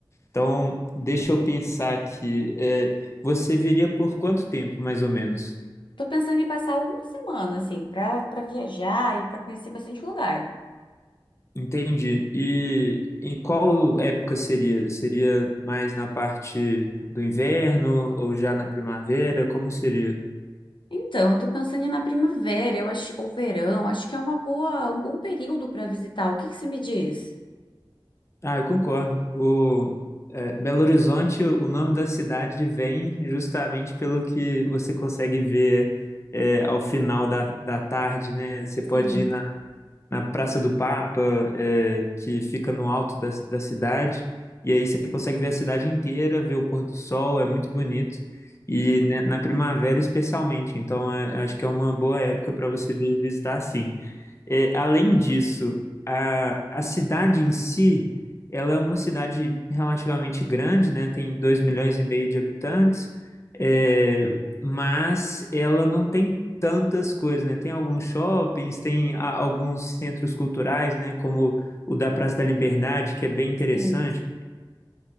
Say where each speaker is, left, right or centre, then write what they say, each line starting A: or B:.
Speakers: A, on the left (about 35°); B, on the left (about 65°).
A: Então, deixa eu pensar aqui. É, você viria por quanto tempo, mais ou menos?
B: Tô pensando em passar uma semana assim para para viajar e para conhecer bastante lugar.
A: Entendi. E em qual época seria? Seria mais na parte do inverno ou já na primavera? Como seria?
B: Então, eu tô pensando em ir na primavera, eu acho, ou verão, acho que é uma boa, um bom período para visitar. O que que você me diz?
A: Ah, eu concordo. O, é, Belo Horizonte, o nome da cidade vem justamente pelo que você consegue ver é, ao final da, da tarde, né? Você pode
B: Sim,
A: ir na Praça do Papa, é, que fica no alto da, da cidade. E aí você consegue ver a cidade inteira, ver o pôr do sol, é muito bonito. E né, na primavera, especialmente. Então, é- acho que é uma boa época para você vir visitar, sim. É, além disso, a, a cidade em si, ela é uma cidade relativamente grande, né? Tem 2 milhões e meio de habitantes, é, mas ela não tem tantas coisas, né? Tem alguns shoppings, tem a- alguns centros culturais, né? Como o da Praça da Liberdade, que é bem interessante,
B: sim.